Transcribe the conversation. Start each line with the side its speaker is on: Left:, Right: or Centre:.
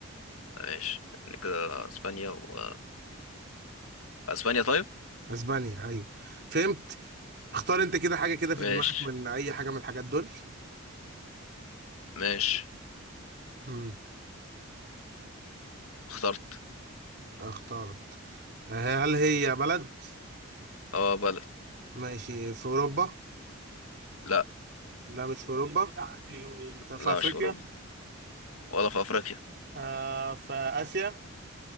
Left: ماشي يعني كده اسبانيا و اسبانيا طيب
Right: اسبانيا ايوه فهمت اختار انت كده حاجة كده في
Left: ماشي
Right: دماغك من اي حاجة من الحاجات دول
Left: ماشي
Right: امم
Left: اخترت
Right: اختارت آه، هل هي بلد
Left: اه بلد
Right: ماشي في اوروبا
Left: لا
Right: لا مش في اوروبا طب في
Left: لا
Right: افريقيا
Left: مش في اوروبا ولا في افريقيا
Right: آه في اسيا